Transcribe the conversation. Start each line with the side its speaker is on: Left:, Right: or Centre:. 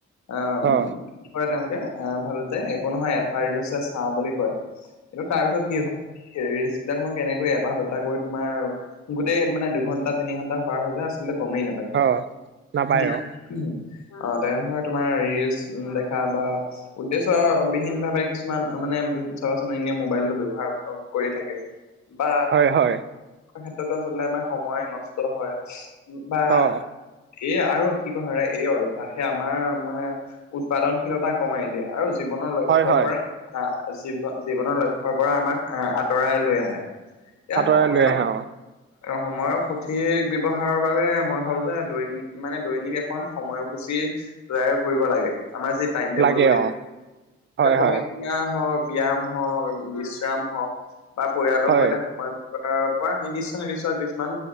Left: আহ,
Right: অ
Left: কি কয় তেওঁলোকে, আহ, <unintelligible> একো নহয় এটা ৰিলচ হে চাওঁ বুলি কয়, কিন্তু তাৰপিছত কি হয় ৰিলচ বিলাকনো কেনেকৈ এটা দুটাকৈ তোমাৰ গোটেই মানে দুঘণ্টা তিনি ঘণ্টা পাৰ হৈ যায়, আচলতে গমেই নাপায়।
Right: অ', নাপায়
Left: দিয়া
Right: অ'।
Left: অ', তেনেধৰণে তোমাৰ ৰিলচ দেখা বা উদ্দেশ্য বিহীন ভাৱে কিছুমান মানে চাবাচোন এনে মোবাইলটো ব্যৱহাৰ কৰি থাকে। বা
Right: হয় হয়
Left: ক্ষেত্ৰতো আচলতে আমাৰ সময় নষ্ট হয়। বা
Right: অ
Left: এই আৰু কি কৰে এই অভ্যাসে আমাৰ মানে উৎপাদনশীলতা কমাই দিয়ে। আৰু জীৱনৰ
Right: হয়
Left: ঘৰৰ
Right: হয়
Left: পৰা আহ জীৱনৰ লক্ষ্যৰ পৰা আমাক আহ আঁতৰাই লৈ আহে। এয়া
Right: আঁতৰাই
Left: সময়ত
Right: লৈ আহে অ
Left: সময়ৰ সঠিক ব্যৱহাৰৰ বাবে মই ভাবো যে দৈনিক মানে দৈনিক এখন সময়সূচী তৈয়াৰ কৰিব লাগে। আমাৰ যি টাইম টেবুল
Right: লাগে
Left: বুলি
Right: অ হয়
Left: পঢ়
Right: হয়
Left: হওক ব্যায়াম হওঁক বিশ্ৰাম হওক বা পৰিয়ালৰ
Right: হয়
Left: সৈতে সময় আহ পৰা নিৰ্দিষ্ট নিৰ্দিষ্ট কিছুমান